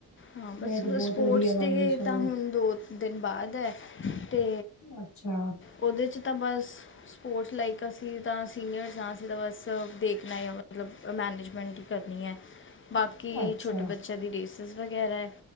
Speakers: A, on the left (about 35°); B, on the left (about 55°).
A: ਹਾਂ ਬਸ
B: ਇਹ ਤੇ
A: ਸ
B: ਬਹੁਤ
A: ਸਪੋਰਟਸ-ਦੇ
B: ਵਧੀਆ ਗੱਲ ਏ ਸਗੋਂ
A: ਤਾਂ ਹੁਣ ਦੋ ਦਿਨ ਬਾਅਦ ਐ। ਤੇ
B: ਅੱਛਾ, ਅੱਛਾ
A: ਓਹਦੇ ਚ ਤਾਂ ਬਸ ਸਪੋਰਟਸ ਲਾਈਕ ਅਸੀਂ ਤਾਂ ਸੀਨੀਅਰਸ ਹਾਂ ਅਸੀਂ ਤਾਂ ਬਸ ਦੇਖਣਾ ਹੀ ਮਤਲਬ ਮੈਨੇਜਮੈਂਟ ਹੀ ਕਰਨੀ ਐ। ਬਾਕੀ
B: ਅੱਛਾ,
A: ਛੋਟੇ ਬੱਚਿਆਂ ਦੀ ਰੇਸ ਇਸ ਲਈ ਗਹਿਰਾ ਐ।